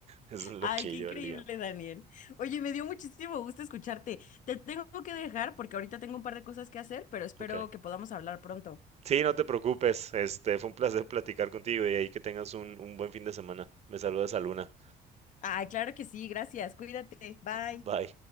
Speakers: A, on the right; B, on the left.
A: eso es lo
B: Ay,
A: que
B: qué
A: yo
B: increíble,
A: olía.
B: Daniel. Oye, me dio muchísimo gusto escucharte. Te tengo que dejar porque ahorita tengo un par de cosas que hacer, pero espero
A: Ok.
B: que podamos hablar pronto.
A: Sí, no te preocupes. Este, fue un placer platicar contigo y ahí que tengas un, un buen fin de semana. Me saludas a Luna.
B: Ay, claro que sí, gracias. Cuídate. Bye.
A: Bye.